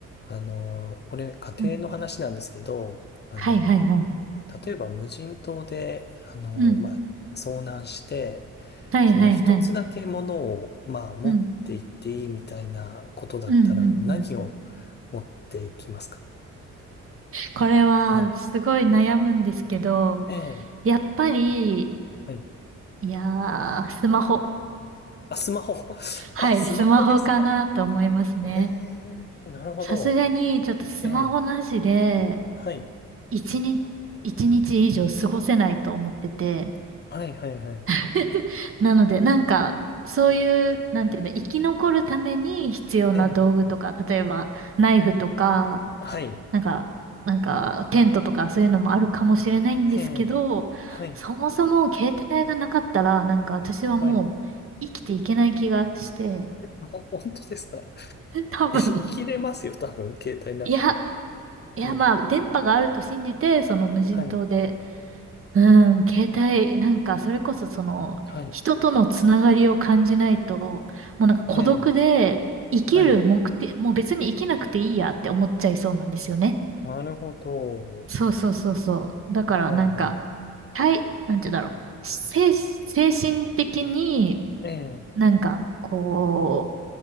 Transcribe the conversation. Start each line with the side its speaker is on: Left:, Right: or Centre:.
Left: あの、これ家庭の話なんですけど、
Right: うん
Left: あの、
Right: はいはいはい。
Left: 例えば無人島で、あの、
Right: うん。
Left: まあ、遭難して、
Right: はいはいはい。
Left: その一つだけものを、まあ、持って行っていいみたいなことだったら、
Right: うん。うんうんうん。
Left: あの、何を持っていきますか
Right: これはすごい悩むんですけど、
Left: はい。ええ、
Right: やっぱり、
Left: はい。
Right: いやー、スマホ。
Left: あ、スマホ。<laughs>
Right: はい、
Left: あ、スマホですか。
Right: スマホかなと思いますね。
Left: ええ、なるほど。
Right: さすがにちょっとスマホなしで、
Left: ええ、はい。
Right: 一日、一日以上過ごせないと思ってて。
Left: はい、はい、はい。
Right: <laughs> なので、なんか、そういう、なんていうの、生き残るために必要な道具とか、
Left: ええ、
Right: 例えば、ナイフとか、
Left: はい。
Right: なんか、なんか、テントとかそういうのもあるかもしれないんですけど、
Left: ええ、はい。
Right: そもそも携帯がなかったら、なんか私はもう生きていけない気がして、
Left: はい。あ、本当ですか。<laughs>
Right: <laughs> 多分。
Left: 生きれますよ、多分、携帯なくても。
Right: いや、いやまあ、
Left: ええ
Right: 電波があると信じて、その無人島で、
Left: はい、
Right: うん、携帯、なんか、それこそその、
Left: はい、
Right: 人とのつながりを感じないと、もうなんか孤独で、
Left: ええ
Right: 生きる目的、
Left: はい、
Right: もう別に生きなくていいやって思っちゃいそうなんですよね。
Left: なるほど。
Right: そうそうそうそう。だからなんか、
Left: はい、はい、
Right: はい、なんて言うんだろう。精、精神的に
Left: ええ
Right: なんか、こ